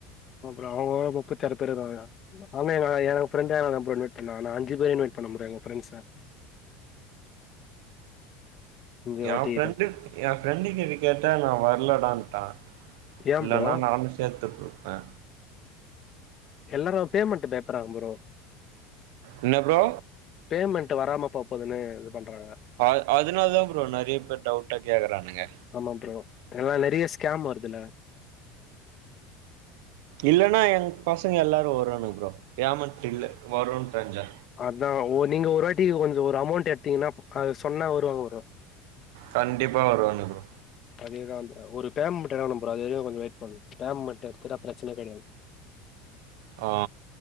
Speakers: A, on the left (about 30°); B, on the right (about 75°).
A: அப்றோ அவுங்க முப்பத்ஆறு பேர் இருக்காங்க அன்னங்க எ ஃப்ரெண்டு அபறமேட் நா நா அஞ்சுபே இன்வேட் பண்ண ப்ரே எங்க ஃரெண்ட்ஸ்ஸ அஞ்சு
B: என்
A: வாட்டி
B: ஃப்ரெண்டுக் என் ஃப்ரெண்டு கிட்ட கேட்ட நா வர்லடான்ட்டா
A: ஏ
B: இல்லன்னா
A: ப்ரோ
B: நானு சேர்த்துட்ருப்ப
A: எல்லாரு பேமெண்ட் பேப்பறாங்க ப்ரோ
B: என்ன ப்ரோ
A: பேமெண்ட் வராம போ போதுன்னு இதுபன்றாங்க
B: அ அதுனால்தா ப்ரோ நறைய பேர் டவுட்டா கேக்குறானுங்க
A: ஆம்மா ப்ரோ எல்லா நெறய ஸ்கேம்வருதுல்ல
B: இல்லன்னா எங்பசங்க எல்லாரு வருவானுங் ப்ரோ பேமென்ட் இல்ல வருன்னு தெர்ஞ்சா
A: அத்தா ஒ நீங்க ஒரு வாட்டி கொஞ்சொ ஒரு அமௌண்ட் எட்த்தீங்கன்னா அத சொன்னா வருவாங்க ப்ரோ
B: கண்டிப்பா வருவாங்க ப்ரோ
A: அதே தா ப்ரோ ஒரு பேம்மன்ட் வேணு ப்ரோ அது கொஞ்சொ வெயிட் பண்ணு பேம்மெண்ட் எட்த்துட்டா பிரச்சன கெடையாது
B: ஆ